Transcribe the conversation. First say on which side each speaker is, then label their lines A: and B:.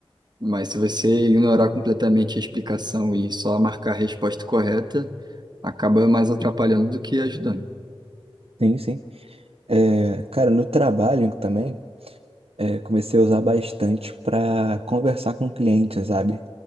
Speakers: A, on the right; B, on the right.
A: Mas se você ignorar completamente a explicação e só marcar a resposta correta, acaba mais atrapalhando do que ajudando.
B: Sim, sim. É, cara, no trabalho também, é, comecei a usar bastante para conversar com clientes, sabe?